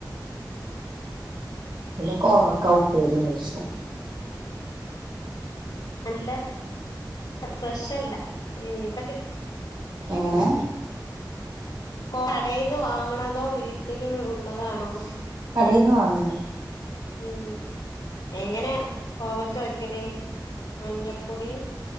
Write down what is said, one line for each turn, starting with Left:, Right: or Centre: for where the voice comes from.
Right: പിന്നെ കോവക്ക ഉപ്പേരിയും കഴിച്ചു
Left: നല്ല ഫ്രഷ്ല്ല ഇതൊ
Right: എങ്ങനെയ
Left: കടയിൽന്ന് വാങ്ങണതോ വീട്ടിൽ ഉള്ളതാണോ
Right: കടയിന്ന് വാങ്ങുന്ന
Left: ഉം എങ്ങനെ കോവക്ക വെക്കല് മഞ്ഞപ്പൊടി